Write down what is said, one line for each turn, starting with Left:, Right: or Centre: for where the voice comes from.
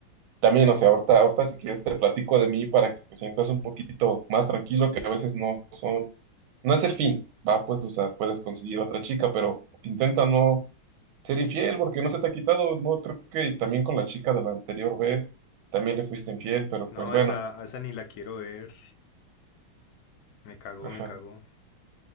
Right: También, o sea, ahorita, ahorita si quieres te platico de mí para que te sientas un poquito más tranquilo, que a veces no son, no es el fin, va, pues, o sea, puedes conseguir otra chica, pero intenta no ser infiel porque no se te ha quitado, no, creo que también con la chica de la anterior vez también le fuiste infiel, pero
Left: No,
Right: pues bueno,
Left: a esa, a esa ni la quiero ver. Me cagó,
Right: ajá,
Left: me cagó.